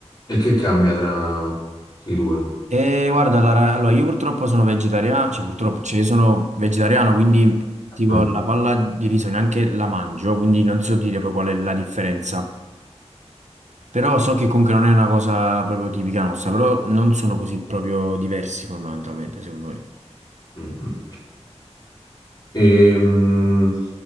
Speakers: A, on the left; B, on the right.
A: E che cambia tra i due?
B: E guarda, la ra- allora io purtroppo sono vegetariano, cioè purtroppo, cioè io sono vegetariano, quindi tipo
A: Ah,
B: la palla di riso neanche la mangio, quindi non so dire poi qual è la differenza. Però so che comunque non è una cosa proprio tipica nostra, però non sono così proprio diversi fondamentalmente, secondo me.
A: mm, mm. E, mh,